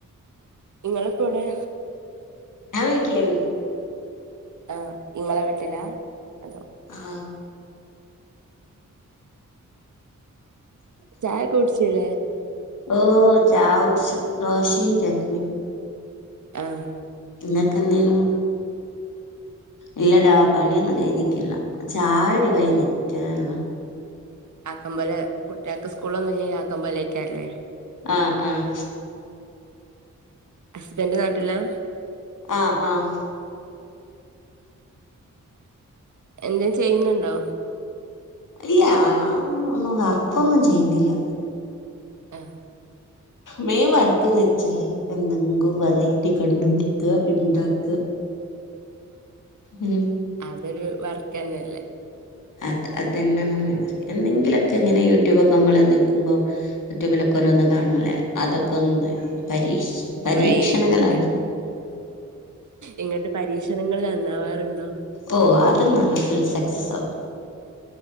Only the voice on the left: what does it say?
ഞാൻ വീട്ടിലിണ്ട്.
ആഹ്.
ഓ ചായുട്ച് ദോശേം ചട്ട്ണിം
ഇങ്ങക്ക് ന്തേനു ഇല്ലടാ പണിയൊന്നും കഴിഞ്ഞിക്കില്ല ചായുടി കഴിഞ്ഞിട്ടേള്ളു
ആഹ് ആഹ്
ആ ആഹ്
ഇല്ല ഞാൻ ഒന്നും വർക്കൊന്നും ചെയ്യുന്നില്ല
മേയിൻ വർക്ക്ന്ന് വെച്ചാല് എന്തെങ്കും വെറൈറ്റി കണ്ടുപിടിക്ക ഇണ്ടാക്ക ഉം
അത് അതെന്നെയ മെയിൻ വർക്ക് എന്തെങ്കിലൊക്കെ ഇങ്ങനെ യൂട്യൂബൊക്കെ നമ്മൾ നീക്കുമ്പോ യൂട്യൂബിലൊക്കെ ഓരോന്ന് കാണുല്ലേ അതൊക്കൊന്ന് പരീക്ഷിച്ച് പരീക്ഷണങ്ങളാണ്
ഓ അതൊന്നന്നാവും സക്സസാവും.